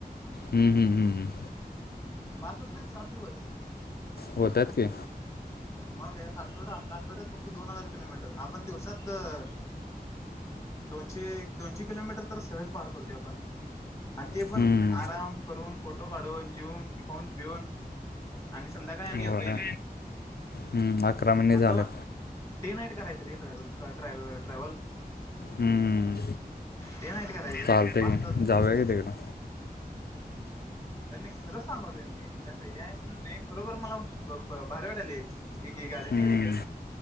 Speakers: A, on the left; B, on the left.
A: हम् हम हम् हम.
B: बास होत नाहीत सात दिवस
A: होतात की.
B: <inaudible> मग एक आठवडा आठवड्यात फक्त दोन हजार किलोमीटर आपण दिवसातर दोनशे दोनशे किलोमीटर तर सहज पार करतोय आपण आणं ते
A: हम्म,
B: पण आराम करून फोटो काढून जेऊन खाऊन पिऊन. आणि संध्याकाळी आणि होतोय
A: होय.
B: नीट
A: हम्म, अकरा मिनिट
B: आणि
A: झालेत
B: तवा डे नाईट करायचं रे् ट्रॅव्हल ट्रॅव्ह ट्रॅव्हल.
A: हम्म
B: डे नाईट करायचं
A: चालतय
B: पाच तास
A: जावुया कि तीकडं.
B: अर नही खरंच सांगालो मी म्हणजे असं हे हाय म्हणून नाही खरोखर मला ब ब भारी वाटालेय. ठीक ये गाडीने
A: हम्म
B: गेलो तर